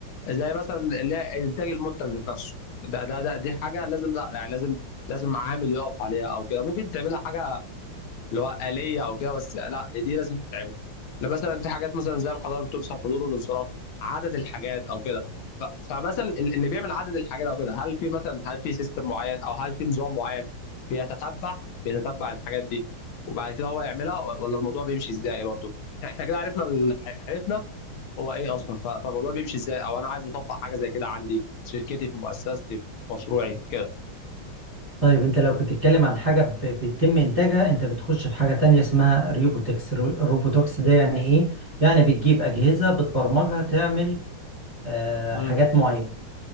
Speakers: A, on the left; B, on the right.
A: زي مثلا اللي هي انتاج المنتج ذات نفسه ده ده ده دي حاجه لازم لا يعني لازم لازم عامل يقف عليها او كده ممكن تعملها حاجه اللي هو آلية أو كده بس لا دي لازم تتعمل لا مثلا في حاجات مثلا زي ما حضرتك بتقول مثلا حضور والانصراف عدد الحاجات أو كده ف- فمثلا ال- اللي بيعمل عدد الحاجات أو كده هل في مثلا هل في سيستم معين أو هل في نظام معين بيتتبع بيتتبع الحاجات دي وبعد كده هو يعملها و- ولا الموضوع بيمشي إزاي برضه <laughs> إحنا كده عرفنا ال- عرفنا هو إيه أصلا ف- فالموضوع بيمشي إزاي أو أنا عايز أطبق حاجة زي كده عندي في شركتي في مؤسستي في مشروعي كده
B: طيب انت لو بتتكلم عن حاجة ب- بيتم انتاجها انت بتخش في حاجة تانية اسمها الروبوتكس الرو- الروبوتكس ده يعني ايه؟ يعني بتجيب اجهزة بتبرمجها تعمل آه
A: امم
B: حاجات معينة